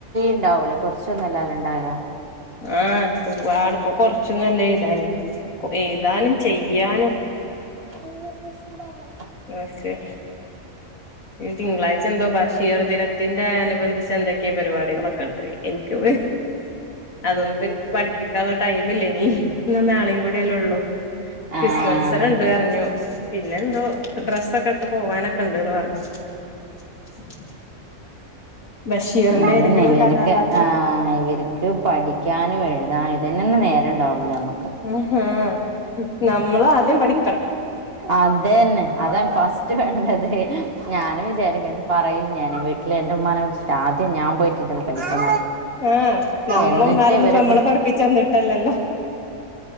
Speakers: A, on the right; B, on the left.
A: ഉണ്ടാവല്ലോ കുറച്ചൊന്നും അല്ലാലൊ ഉണ്ടാവുക
B: ആ ഒരുപാട്പ്പൊ കൊറച്ചൊന്നുംല്ല എഴുതാന് എഴുതാനും ചെയ്യാനും
A: <unintelligible>
B: ഓക്കേ തിങ്കളാഴ്ച എന്തോ ബഷീർ ദിനത്തിന്റെ അനുബന്ധിച്ച് എന്തൊക്കെയെ പരിപാടികളൊ ക്കണ്ടെ എനിക്ക് പെ അതൊന്നും പഠിപ്പിക്കാനുള്ള ടൈമില്ലായിനി ഇന്നും നാളീം കൂടെല്ലേ ഉള്ളു ക്രിസ്മത്സരം
A: ആഹ് ആഹ്
B: ണ്ട് പറഞ്ഞു പിന്നെ ന്തോ ഡ്രസ്സൊക്കെ ഇട്ട് പോവാനൊക്കെ ഉണ്ട്ന്ന് പറഞ്ഞു <inaudible> ബഷീറിന്റെ
A: അതെന്നെ
B: ഏതെങ്കിലും
A: ഇവര്ക്ക്
B: കഥാപാത്രം
A: ആ ഇവര് ക്ക് പഠിക്കാനും എഴുതാനും ഇതു ന്നെ തന്നെ നേരണ്ടാവുള്ളൂ നമുക്ക്
B: ആ ഹാ നമ്മള ആദ്യം പഠി
A: അതെന്നെ അതാ ഫസ്റ്റ് റ്റു വേണ്ടത് ഞാനും വിചാരിക്കും പറയും ഞാന് ട്ടില് എന്റെ ഉമ്മാനെ വിളിച്ചിട്ട് ആദ്യം ഞാ പോയിട്ടി പഠിക്ക
B: ആഹ് നമ്മളമ്മാരൊന്നും
A: എന്നിട്ട് വരെ
B: ഇപ്പ നമ്മളെ
A: പ
B: പഠിപ്പിച്ചന്നിട്ടല്ലല്ലോ